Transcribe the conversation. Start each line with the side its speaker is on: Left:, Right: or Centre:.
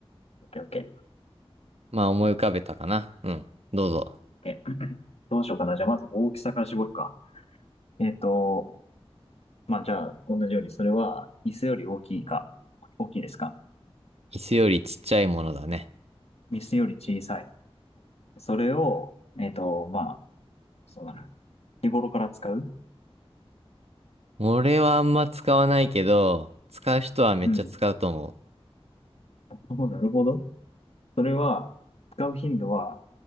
Left: オッケーオッケー。オッ
Right: まあ思い浮かべたかな。うん。どうぞ。
Left: ケーどうしようかな。じゃあまず大きさから絞るか。えっと、まあじゃあ同じように、それは椅子より大きいか、大きいですか
Right: 椅子よりちっちゃいものだね。
Left: 椅子より小さい。それを、えっと、まあ、そうだな。日頃から使う
Right: 俺はあんま使わないけど、使う人はめっちゃ使うと思う。
Left: うん。おなるほど。それは、使う頻度は